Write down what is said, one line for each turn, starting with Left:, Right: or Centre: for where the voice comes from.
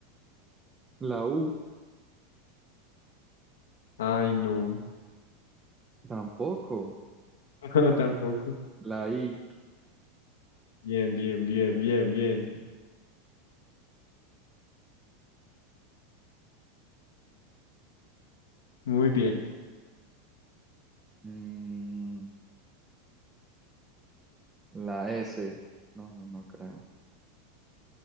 Right: La U.
Left: Ay, no.
Right: Tampoco.
Left: <laughs> Tampoco.
Right: La I.
Left: Bien, bien, bien, bien, bien. Muy bien.
Right: Mm, la S. No, no creo.